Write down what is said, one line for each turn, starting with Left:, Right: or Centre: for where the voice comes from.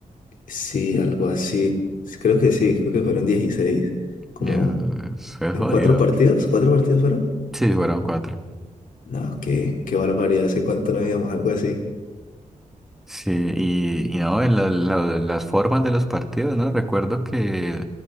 Left: Sí, algo así. Sí, Creo que sí, creo que fueron dieciséis Como
Centre: Y eso, eso es
Left: en
Centre: jodido.
Left: cuatro partidos, ¿cuatro partidos fueron?
Centre: Sí, fueron cuatro.
Left: No, qué, qué barbaridad, hace cuánto no veíamos algo así.
Centre: Sí, y, y no, en la- la- las formas de los partidos, ¿no? Recuerdo que